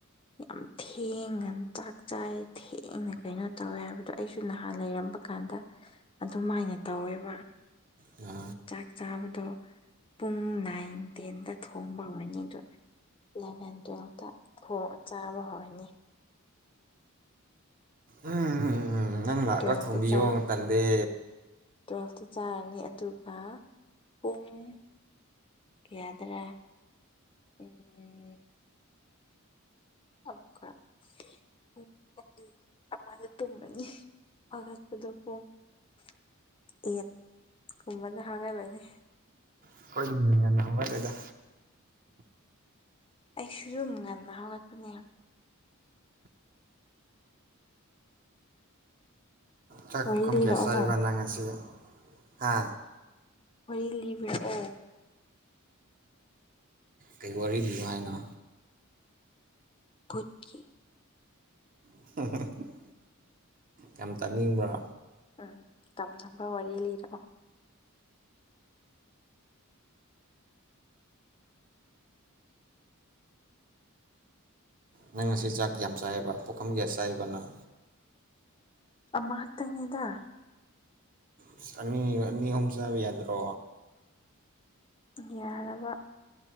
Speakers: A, on the left (about 25°); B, on the right (about 40°).
A: ꯌꯥꯝ ꯊꯦꯡꯅ ꯆꯥꯛ ꯆꯥꯏ ꯊꯦꯡꯅ ꯀꯩꯅꯣ ꯇꯧꯋꯦ ꯍꯥꯏꯕꯗꯣ ꯑꯩꯁꯨ ꯅꯍꯥꯟ ꯂꯩꯔꯝꯕ ꯀꯥꯟꯗ ꯑꯗꯨꯝꯥꯏꯅ ꯇꯧꯋꯦꯕ
B: ꯌꯥ
A: ꯆꯥꯛ ꯆꯥꯕꯗꯣ ꯄꯨꯡ ꯅꯥꯏꯟ ꯇꯦꯟꯗ ꯊꯣꯡꯕ ꯍꯧꯔꯅꯤ ꯑꯗ ꯏꯂꯚꯦꯟ ꯇꯨꯋꯦꯜꯐꯇ ꯆꯥꯕ ꯍꯧꯔꯅꯤ
B: ꯎꯝꯝꯝ ꯅꯪ ꯂꯥꯛꯑꯒ
A: ꯇꯨꯋꯦꯜꯐꯇ
B: ꯊꯣꯝꯕꯤꯌꯣ
A: ꯆꯥ
B: ꯇꯜꯂꯦ
A: ꯇꯨꯋꯦꯜꯐꯇ ꯆꯥꯔꯅꯤ ꯑꯗꯨꯒ ꯄꯨꯡ ꯀꯌꯥꯗ꯭ꯔꯥ ꯎꯝ <inaudible> <unintelligible> ꯑꯦꯠ ꯀꯨꯝꯕꯗ ꯍꯧꯒꯠꯂꯅꯤ
B: ꯑꯩꯈꯣꯏꯗꯤ ꯉꯟ-ꯉꯟꯅꯥ ꯍꯧꯒꯠꯂꯦꯗꯥ
A: ꯑꯩꯁꯨ ꯗꯨꯨꯝ ꯉꯟ ꯅ ꯍꯥꯎꯒꯠꯄꯅꯦ
B: ꯆꯥꯛ
A: ꯋꯥꯔꯤ
B: ꯄꯨꯈꯝ
A: ꯂꯤꯔꯛꯑꯣꯅ
B: ꯀꯌꯥ ꯆꯥꯢꯕ ꯅꯪ ꯉꯁꯤ ꯍꯥ
A: ꯋꯥꯔꯤ ꯂꯤꯕꯤꯔꯛꯑꯣ
B: ꯀꯩ ꯋꯥꯔꯤ ꯂꯤꯌꯣ ꯍꯥꯏꯅꯣ
A: ꯚꯨꯠꯀꯤ
B: <unintelligible> ꯌꯥꯝ ꯇꯥꯅꯤꯡꯕ꯭ꯔꯥ
A: ꯎꯝ ꯇꯝꯅꯕ ꯋꯥꯔꯤ ꯂꯤꯔꯛꯑꯣ
B: ꯅꯪ ꯉꯁꯤ ꯆꯥꯛ ꯌꯥꯝ ꯆꯥꯏꯕ ꯄꯨꯈꯝ ꯀꯌꯥ ꯆꯥꯏꯕ ꯅꯪ
A: ꯑꯃ ꯈꯛꯇꯪ ꯅꯤꯗ
B: ꯑꯁ ꯑꯅꯤ ꯑꯅꯤ ꯑꯍꯨꯝ ꯆꯥꯕ ꯌꯥꯗ꯭ꯔꯣ
A: ꯌꯥꯔꯕ